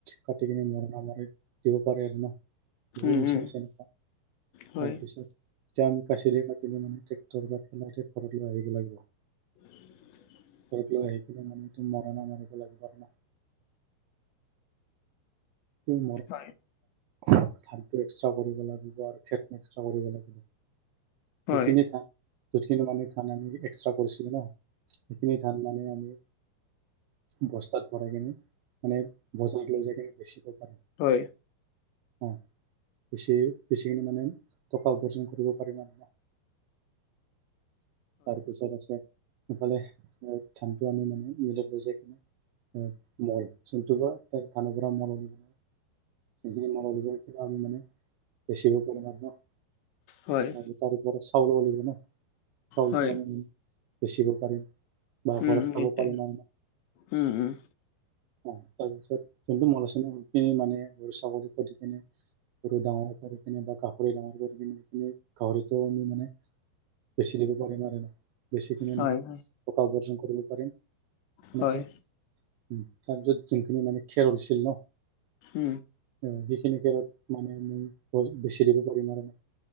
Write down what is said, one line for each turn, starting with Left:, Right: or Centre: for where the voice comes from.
Right: কাটি কিনে মৰনা মাৰে দিব পাৰে আৰু ন, বহুত
Left: উম
Right: মেচিন
Left: উম
Right: আছে এনেকা,
Left: হয়
Right: তাৰপিছত তেতিয়া আমি কাচিৰে কাটিলে মানে ট্ৰেক্টৰ বা ঠেলা দিয়ে ঘৰত লৈ আহিব লাগিব।
Left: <inaudible>
Right: ঘৰত লৈ আহিছিলে মানে মৰণা মাৰিব লাগিব আৰু না। <unintelligible>
Left: হয়
Right: ধানটো এক্সট্ৰা কৰিব লাগিব আৰু <unintelligible> এক্সট্ৰা কৰিব লাগিব। সেইখিনি
Left: হয়
Right: ধান যোনখিনি মানে ধান আমি এক্সট্ৰা কৰিছিলোঁ ন, সেইখিনি ধান মানে আমি বস্তাত ভৰাই কিনে মানে, বজাৰত লৈ যাই কিনে বেচিব পাৰে।
Left: হয়।
Right: অ', বেছি বেছিকে মানে টকা উপাৰ্জন কৰিব পাৰি মানে ন। তাৰপিছত আছে সেইফালে ধানটো আমি মানে মিলত লৈ যাই কিনে <unintelligible> সেইখিনি <unintelligible> আমি মানে বেচিব পাৰিম আৰু ন।
Left: হয়।
Right: আৰু তাৰওপৰত চাউলও লাগিব ন, চাউলটো
Left: হয়
Right: আমি বেচিব পাৰিম। বা
Left: উম
Right: ঘৰত
Left: উম
Right: খাব
Left: নিশ্চয়
Right: পাৰিম আৰু ন।
Left: উম উম
Right: অ', তাৰ পিছত যোনটো মল আছে ন, সেইখিনি মানে ছাগলীকো দি কিনে গৰু ডাঙৰ কৰি কিনে বা গাহৰি ডাঙৰ কৰি কিনে <unintelligible> গাহৰিটো আমি মানে বেছি <unintelligible> বেছি কিনে
Left: হয়
Right: মানে
Left: হয়
Right: টকা উপাৰ্জন কৰিব পাৰিম সেনেকুৱা।
Left: হয়
Right: উম, তাৰ পিছত যোনখিনি মানে খেৰ হৈছিল না
Left: হম।
Right: অ', সেইখিনি খেৰত মানে <unintelligible> বেচি দিব পাৰিম আৰু ন।